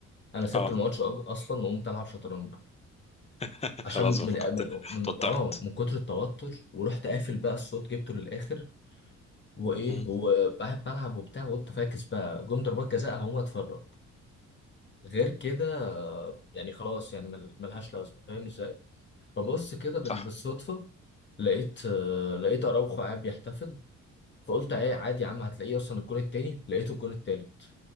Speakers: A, on the left; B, on the left.
A: انا سبت
B: اه
A: الماتش أب- اصلا وقمت العب شطرنج
B: <laughs>
A: عشان
B: خلاص فقدت
A: من من
B: ال-
A: من
B: توترت
A: اه من كتر التوتر ورحت قافل بقى الصوت جبته للاخر وايه
B: مم.
A: هو قاعد بلعب وبتاع وقلت فاكس بقى جم ضربات جزاء هقوم اتفرج غير كده آه، يعني خلاص يعني مل- ملهاش لازمه فاهم ازاي فبص
B: مم.
A: كده بال-
B: صح
A: بالصدفه لقيت آه، لقيت اراوخو قاعد بيحتفل فقلت ايه عادي يا عم هتلاقيه اصلا الجون التاني لقيته الجون التالت